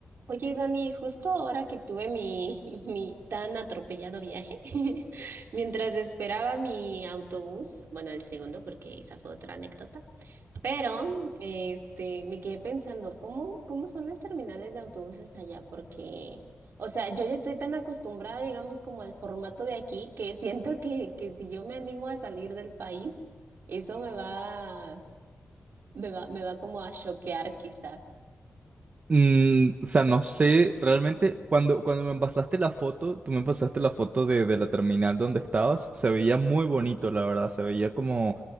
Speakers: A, on the right (about 75°); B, on the right (about 40°).
A: Oye, Dani, justo ahora que tuve mi, <laughs> mi tan atropellado viaje, <laughs> mientras esperaba mi autobús, bueno, el segundo, porque esa fue otra anécdota, pero este, me quedé pensando, ¿cómo, cómo son las terminales de autobuses allá? Porque, o sea, yo ya estoy tan acostumbrada, digamos, como al formato de aquí, que siento que, que si yo me animo a salir del país, eso me va, me va, me va como a choquear quizás.
B: Mm, o sea, no sé, realmente cuando, cuando me pasaste la foto, tú me pasaste la foto de, de la terminal donde estabas, se veía muy bonito, la verdad, se veía como,